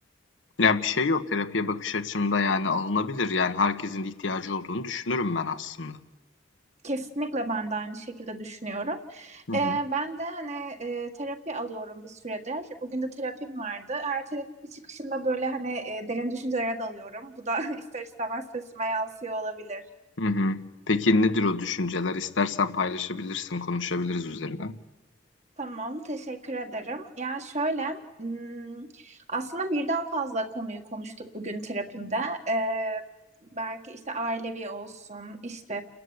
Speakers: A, on the left; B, on the right.
A: Ya bir şey yok terapiye bakış açımda yani alınabilir. Yani herkesin de ihtiyacı olduğunu düşünürüm ben aslında.
B: Kesinlikle ben de aynı şekilde düşünüyorum.
A: Hı hı.
B: Ee, ben de hani e, terapi alıyorum bir süredir. Bugün de terapim vardı. Her terapi çıkışında böyle hani e, derin düşüncelere dalıyorum. Bu da <laughs> ister istemez sesime yansıyor olabilir.
A: Hı hı. Peki nedir o düşünceler? İstersen paylaşabilirsin, konuşabiliriz üzerine.
B: Tamam, teşekkür ederim. Yani şöyle, hmm, aslında birden fazla konuyu konuştuk bugün terapimde. Ee, belki işte ailevi olsun, işte